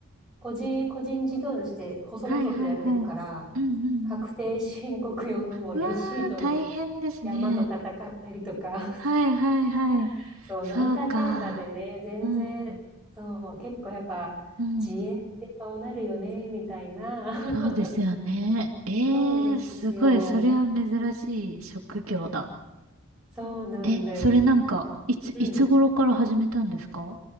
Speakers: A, in the centre; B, on the right.
A: 個人、個人事業主で細々とやってるから、
B: はい、はい、はい。うん、うん、
A: 確定申告用のもうレシートの
B: うん。うわあ、大変ですね。
A: 山と戦ったりとか、
B: はい、はい、はい。
A: <laughs> そう、
B: そうか。
A: なんだかんだでね、全然、
B: うん、
A: そう、結構やっぱ自営ってそうなるよね、
B: うん。
A: みたいな。
B: そうですよね。
A: <laughs>
B: ええー、
A: そうなんですよ。
B: すごい。それは珍しい職業だ。
A: そうなんです。
B: え、それなんか、
A: ひ
B: いつ、
A: うん。
B: いつ頃から始めたんですか